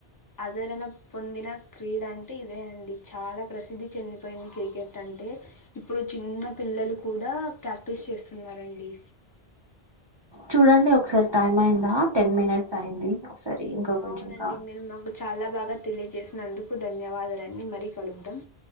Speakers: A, on the left; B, on the right.
A: ఆదరణ పొందిన క్రీడ అంటే ఇదే అండి చాలా. ప్రసిద్ధి చెందిపోయింది క్రికెట్ అంటే ఇప్పుడు చిన్న. పిల్లలు కూడా ప్రాక్టీస్ చేస్తున్నారండి.
B: చూడండి ఒకసారి టైమ్ అయిందా టెన్ మినిట్స్ అయింది ఒకసారి. ఇంకా కొంచెం
A: అవునండి
B: కా
A: మీరు మంగల్. చాలా బాగా తెలియజేసినందుకు ధన్యవాదాలండి మళ్ళీ కలుదాం.